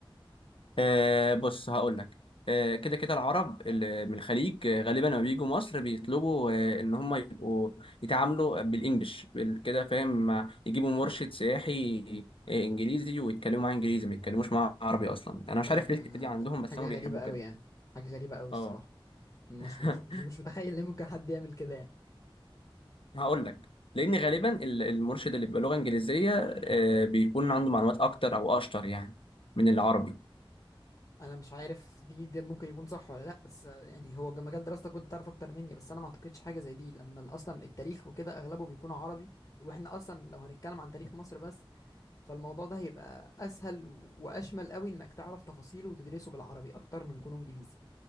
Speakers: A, on the left; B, on the left.
A: آه بص هقول لك آه كده كده العرب اللي من الخليج آه، غالبا لما بيجوا مصر بيطلبوا آه ان هم يبقوا يتعاملوا بالانجلش بال- كده فاهم مع يجيبوا مرشد سياحي آه انجليزي ويتكلموا معاه انجليزي ما يتكلموش معاه عربي اصلا انا
B: ده
A: مش عارف ليه الحته دي
B: ده
A: عندهم بس
B: حاجة
A: هم بيحبوا
B: غريبة قوي
A: كده
B: يعني حاجة غريبة قوي الصراحة
A: اه
B: مش
A: <laughs>
B: مش مش مش متخيل ليه ممكن حد يعمل كده يعني
A: هقول لك لان غالبا ال- المرشد اللي بيبقى لغه انجليزيه آه بيكون عنده معلومات اكتر او اشطر يعني من العربي
B: انا مش عارف دي ده ممكن يكون صح ولا لا بس آه، يعني هو جا- مجال دراستك كنت تعرف اكتر مني بس انا ما اعتقدش حاجة زي دي لما ال- اصلا التاريخ وكده اغلبه بيكون عربي واحنا اصلا لو هنتكلم عن تاريخ مصر بس فالموضوع ده هيبقى اسهل و- واشمل قوي انك تعرف تفاصيله وتدرسه بالعربي اكتر من كونه انجليزي